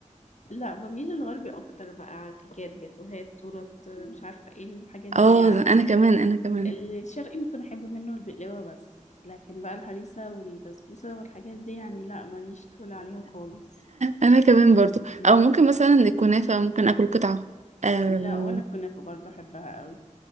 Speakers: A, on the left (about 65°); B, on the right (about 65°).
A: لا بميل للغربي اكتر بقى كيكات جاتوهات تورت مش عارفه ايه الحاجات دي
B: اه
A: يعني
B: أنا كمان أنا كمان
A: الشرقي ممكن احب منه البقلاوه بس لكن بقى الهريسه والبسبوسه والحاجات دي يعني لا ماليش تقول عليها خالص
B: انا كمان برضو
A: مم.
B: او ممكن مثلا الكنافه ممكن اكل قطعه أم...
A: لا ولا الكنافه برضه احبها قوي